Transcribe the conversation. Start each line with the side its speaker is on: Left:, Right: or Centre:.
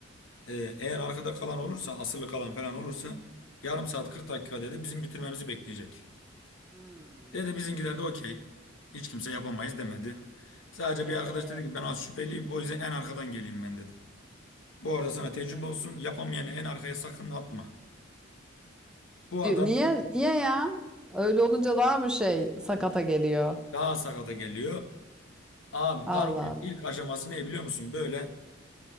Left: Ee, eğer arkada kalan olursa, asılı kalan falan olursa yarım saat 40 dakika dedi bizim bitirmemizi bekleyecek.
Centre: Hmm.
Left: Dedi bizimkiler de okey. Hiç kimse yapamayız demedi. Sadece
Centre: Ee,
Left: bir arkadaş dedi ki ben az şüpheliyim o yüzden en arkadan geleyim ben dedi. Bu arada sana tecrübe
Centre: evet.
Left: olsun. Yapamayanı en arkaya sakın atma. Bu
Centre: Di-
Left: adam
Centre: Niye niye ya? Öyle olunca daha mı şey sakata geliyor?
Left: daha sakata geliyor. Abi
Centre: Allah
Left: parkurun
Centre: Allah.
Left: ilk aşaması ne biliyor musun? Böyle